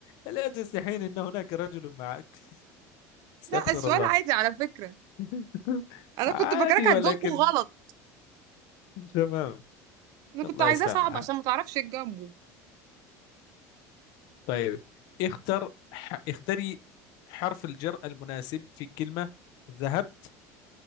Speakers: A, on the left; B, on the right.
A: ألا تستحين أن هناك رجل معك؟ استغفر
B: لا السؤال
A: الله
B: عادي على فكرة
A: <laughs>
B: أنا
A: عادي
B: كنت فاكراك هتجاوبه
A: ولكن
B: غلط
A: تمام
B: أنا
A: الله
B: كنت عايزاه
A: يسامحك
B: صعب عشان ما تعرفش تجاوبه
A: طيب اختر ح... اختري حرف الجر المناسب في كلمة ذهبت